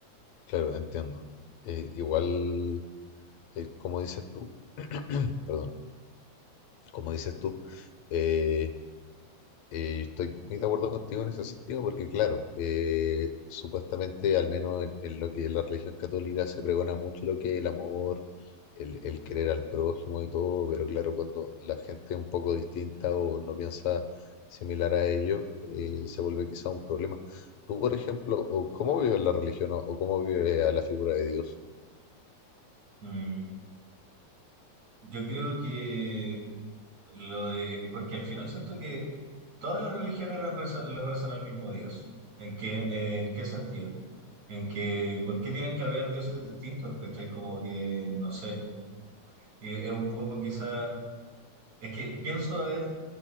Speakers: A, on the left; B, on the right.
A: Claro, entiendo. Eh, igual, eh, como dices tú, perdón. como dices tú. Eh, eh, estoy muy de acuerdo contigo en ese sentido porque, claro, eh, supuestamente, al menos en, en lo que es la religión católica, se pregona mucho lo que es el amor, el, el querer al prójimo y todo, pero claro, cuando la gente es un poco distinta o no piensa similar a ello, eh, se vuelve quizá un problema. Tú, por ejemplo, o ¿cómo vives la religión o o cómo vives a la figura de Dios?
B: Mm, yo creo que lo de, porque al final siento que todas las religiones le rezan, le rezan al mismo Dios. ¿En qué, en qué sentido? en que ¿por qué tienen que haber dioses distintos? ¿Cachai? Como que, no sé, y es un poco quizá, es que pienso, a ver,